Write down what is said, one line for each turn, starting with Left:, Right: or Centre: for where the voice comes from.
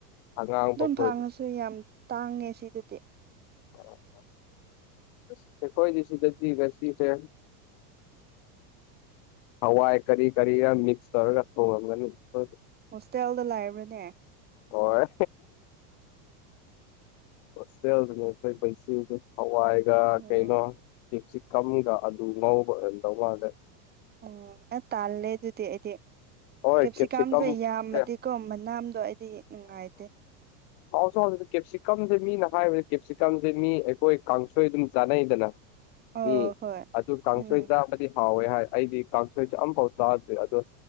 Left: ꯑꯉꯥꯡꯕ
Right: ꯑꯗꯨꯝ
Left: ꯈꯣꯏꯗꯣ
Right: ꯐꯥꯡꯉꯁꯨ ꯌꯥꯝ ꯇꯥꯡꯉꯦ ꯁꯤꯗꯗꯤ
Left: <unintelligible> ꯀꯣꯏ ꯁꯤꯒꯗꯤ ꯁꯤꯁ ꯍꯋꯥꯏ ꯀꯔꯤ ꯀꯔꯤꯒ ꯃꯤꯛꯁ ꯇꯧꯔꯒ ꯊꯣꯡꯉꯝꯒꯅꯤꯣꯏ
Right: ꯍꯣꯁꯇꯦꯜꯗ ꯂꯩꯕ꯭ꯔꯅꯦ
Left: ꯍꯣꯏ ꯁꯦ ꯅ ꯀꯟꯁꯤ ꯍꯋꯥ ꯑꯩꯒ
Right: ꯑꯣ
Left: ꯀꯩꯅꯩꯅꯣ ꯀꯦꯞꯁꯤ ꯀꯪꯒ ꯑꯗꯨ ꯉꯧꯕ ꯍꯗꯧ ꯃꯥꯗ
Right: ꯑꯣꯝ ꯑ ꯇꯥꯜꯂꯦ ꯑꯗꯨꯗꯤ ꯑꯩꯗꯤ
Left: ꯍꯣꯏ
Right: ꯀꯦꯞꯁꯤꯀꯥꯝꯁꯦ
Left: ꯀꯦꯞꯁꯤꯀꯝ
Right: ꯌꯥꯝꯃꯗꯤꯀꯣ
Left: ꯑꯦ
Right: ꯃꯅꯥꯝꯗꯣ ꯑꯩꯗꯤ ꯅꯨꯡꯉꯥꯏꯇꯦ
Left: ꯑꯥꯎꯁꯨꯥꯎꯁꯤꯗ ꯀꯦꯞꯁꯤꯀꯝꯁꯦ ꯃꯤꯅ ꯍꯥꯏꯕꯗꯤ ꯀꯦꯞꯁꯤꯀꯝꯁꯦ ꯃꯤ ꯑꯩꯈꯣꯏ ꯀꯥꯡꯁꯣꯏ ꯑꯗꯨꯝ ꯆꯥꯅꯩꯗꯅ
Right: ꯑꯣ
Left: ꯃꯤ
Right: ꯍꯣꯏ
Left: ꯑꯗꯨ ꯑꯗꯨ ꯀ
Right: ꯎꯝ
Left: ꯀꯥꯡꯁꯗꯤ ꯍꯥꯎꯋꯦ ꯍꯥꯏ ꯑꯩꯗꯤ ꯀꯥꯡꯁꯣꯏ ꯆꯝꯐꯥꯎ ꯇꯥꯗ꯭꯭ꯔꯦ ꯑꯗꯣ